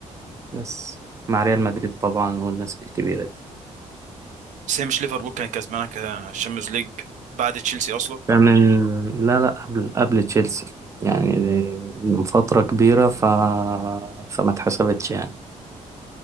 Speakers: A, on the right; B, on the right.
A: بس مع ريال مدريد طبعا والناس الكبيرة دي
B: بس هي مش ليفربول كانت كسبانة كشامبيونز ليج بعد تشيلسي اصلا
A: ده من لا لا قبل قبل تشيلسي يعني من فترة كبيرة ف... فما اتحسبتش يعني